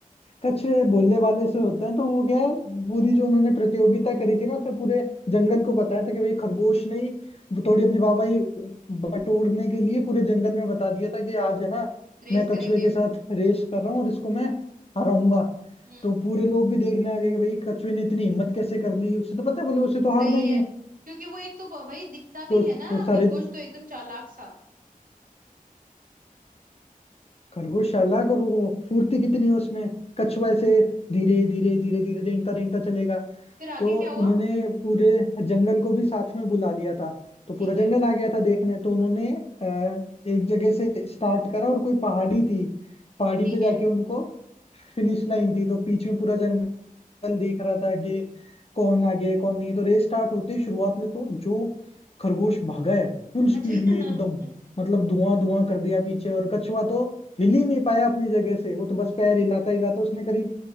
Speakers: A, on the left; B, on the right.
A: कछुए बोलने वाले से होते हैं तो वो क्या है पूरी जो उन्होंने प्रतियोगिता करी थी ना उसमें पूरे जंगल को बताया था कि भाई खरगोश ने ही वो थोड़ी अपनी वाहवाही बटोरने के लिए पूरे जंगल में बता दिया था कि आज है ना
B: रेस
A: मैं कछुए
B: करेंगे
A: के साथ रेस कर रहा हूँ और इसको मैं हराऊंगा
B: हम्म
A: तो पूरे लोग भी देखने आ गए कि भाई कछुए ने इतनी हिम्मत कैसे कर ली उससे तो पता है बोले उसे तो
B: सही
A: हारना ही
B: है
A: है
B: क्योंकि वो एक तो ब- भाई दिखता
A: तो
B: भी
A: तो
B: है ना
A: सारे
B: खरगोश तो एकदम चालाक सा
A: खरगोश चालाक और वो फुर्ती कितनी है उसमें कछुआ
B: हाँ
A: ऐसे धीरे धीरे धीरे धीरे रेंगता रेंगता चलेगा
B: फिर आगे
A: तो
B: क्या हुआ
A: उन्होंने पूरे जंगल को भी साथ में बुला लिया था तो पूरा
B: ठीक
A: जंगल
B: है
A: आ गया था देखने तो उन्होंने अ, एक जगह से स्टार्ट करा और कोई पहाड़ी थी पहाड़ी
B: ठीक
A: पे जाके
B: है
A: उनको फिनिश लाइन थी तो बीच में पूरा जंगल कल देख रहा था कि कौन आगे है कौन नहीं है, तो रेस स्टार्ट होते ही शुरुआत में तो जो खरगोश भागा है फुल स्पीड
B: अच्छा
A: में एकदम
B: <laughs>
A: मतलब धुआं धुआं कर दिया पीछे और कछुआ तो हिल ही नहीं पाया अपनी जगह से वो तो बस पैर हिलाता हिलाता उसने करीब